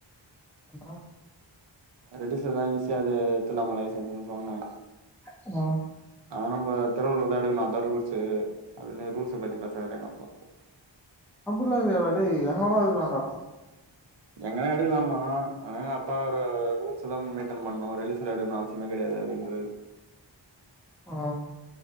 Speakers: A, in the centre; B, on the right.
A: அப்ற
B: ரெட்டிஸ்ல தா ஈஸியாது எத்துலாப்பா லைசன்ஸுனு சொன்னே
A: ஹலோ
B: ஆமா திருவள்ளுர் தா எடுக்கணோ அதா ரூல்ஸு அப்டினு ரூல்ஸ பத்தி பேசராறு எங்க அப்பா
A: அப்பில்லா இல்லயேடா டேய் எங்க வேனா எடுக்கலாடா
B: எங்கனா எடுக்கலாமா ஆனா அப்பா ஒரு ரூல்ஸ் தா மெயின்டன் பண்ணு ரிலிஷன்ல எடுக்கணோ சிம கெடையாது அப்டின்றாரு
A: ஆ